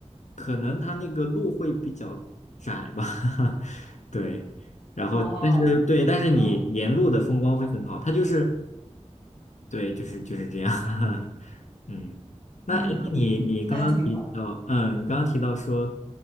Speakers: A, on the left (about 75°); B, on the left (about 45°).
A: 可能它那个路会比较窄吧，<laughs> 对，然后但是对，
B: 哦，
A: 但是你沿路的风光会很好，
B: 嗯
A: 它就是对，就是就是这样，<laughs> 嗯。那诶那你你刚刚提到，
B: 嗯嗯嗯，那挺好的。
A: 嗯，你刚刚提到说，